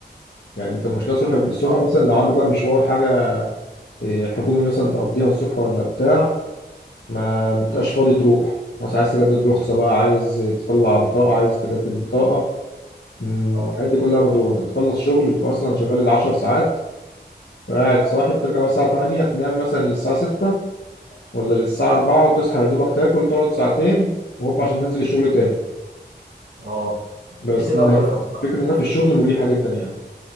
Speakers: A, on the left; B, on the right.
A: يعني انت المشكله الصبح الصبح
B: اه
A: مثلا لو عندك بقى مشوار حاجه إيه، حكومي مثلا تقضيها الصبح ولا بتاع ما بتبقاش فاضي تروح مثلا عايز تجدد رخصة بقى عايز تطلع بطاقة عايز تجدد بطاقة مم،
B: اه
A: الحاجات دي كلها مضروبة انت بتخلص شغل بتبقى اصلا شغال العشر ساعات قاعد صاحي بترجع مثلا الساعة 8 تنام مثلا للساعة 6 ولا للساعة 4 وتصحى يا دوبك تاكل تقعد ساعتين وهوب عشان تنزل الشغل تاني
B: اه
A: بس
B: بتبقى
A: الفكرة
B: مقرفه بصراحه
A: انها في الشغل مريحة جدا يعني